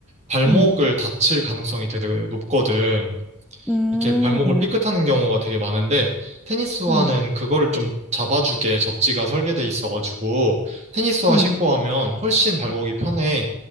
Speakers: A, on the right (about 30°); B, in the centre.
A: 발목을
B: 음,
A: 다칠 가능성이 되게 높거든.
B: 음,
A: 이렇게 발목을 삐끗하는 경우가 되게 많은데 테니스화는
B: 음,
A: 그거를 좀 잡아주게 접지가 설계돼 있어가지고 테니스화
B: 음.
A: 신고 하면 훨씬 발목이 편해.